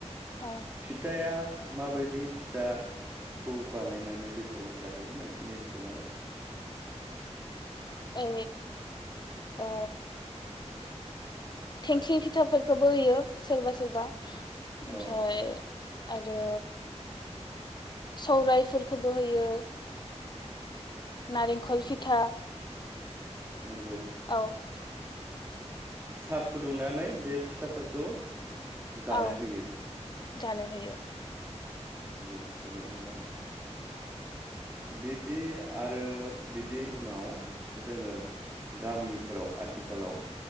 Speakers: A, on the left; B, on the right.
A: औ
B: फिथाया माबायदि फिथाखौ बानायनानै बैसागु जाहैयो नोंसिनि ओनसोलाव?
A: ए ओ थेंख्लि फिथाफोरखौबो होयो सोरबा सोरबा। आमफ्राय
B: औ
A: आरो सौरायफोरखौबो होयो। नारेंखल फिथा
B: नोंगौ।
A: औ
B: साहा फुदुंनानै बे फिथाफोरखौ जानो
A: औ
B: होयो
A: जानो होयो
B: नंगौ जोबोद मोजां। बिदि आरो बिदि उनाव जोङो गामिफोराव आथिखालाव